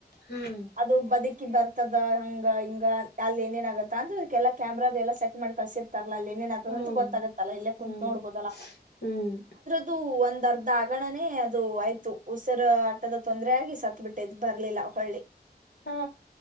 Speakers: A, on the left (about 85°); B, on the right (about 50°).
A: ಹ್ಮ್
B: ಅದು ಬದುಕಿ ಬರ್ತ ದ ಹಂಗ ಹಿಂಗ ಅಲ್ಲಿ ಏನೇನ ಆಗತ್ತ ಅಂದ್ರ ಅದಕ್ಕೆಲ್ಲಾ ಕ್ಯಾಮ್ರಾದ ಎಲ್ಲ ಸೆಟ್ ಮಾಡಿ ಕಳ್ಸಿರ್ತ ಲ್ಲ ಅಲ್ಲಿ ನೇನ್ ಆತದಂತೂ
A: ಹ್ಮ್
B: ಗೊತ್ತಾಗತ್ತಲ್ಲ ಇಲ್ಲೇ ಕುಂತ್
A: ಹ್ಮ್
B: ನೋಡ್ಬೋುದಲ್ಲಾ
A: ಹ್ಮ್
B: ಅದು ಒಂದ್ ಅರ್ಧ ಆಗಣನೇ ಅದು ಆಯ್ತು ಉಸಿರ ಆಟದ ತೊಂದರೆ ಆಗಿ ಸತ್ ಬಿಿಟ್ಟೆ ಬರ್ಲಿಲ್ಲ ಹಳ್ಳಿ
A: ಹಾ